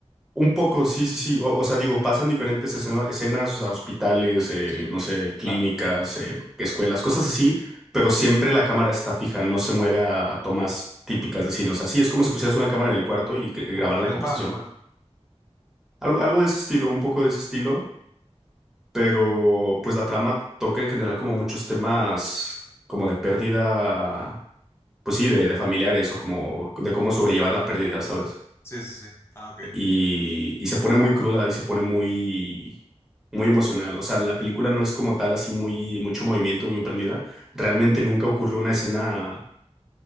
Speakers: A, in the centre; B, on the left.
A: Un poco, sí, sí, sí. O, o sea, digo, pasan diferentes escena- escenas, o sea, hospitales, eh,
B: Sí.
A: no sé, clínicas,
B: Claro.
A: eh, escuelas, cosas así, pero siempre la cámara está fija, no se mueve a, a tomas típicas de cine. O sea, sí, es como si pusieras una cámara en el cuarto y que- grabaran
B: Como actividad
A: la conversación.
B: paranormal.
A: Algo, algo de ese estilo, un poco de ese estilo, pero pues la trama toca en general como muchos temas como de pérdida, pues sí, de, de familiares o como de cómo sobrellevar la pérdida, ¿sabes?
B: Sí, sí, sí. Ah, ok.
A: y, y se pone muy cruda y se pone muy, muy emocional. O sea, la película no es como tal así muy, mucho movimiento, muy prendida. Realmente nunca ocurrió una escena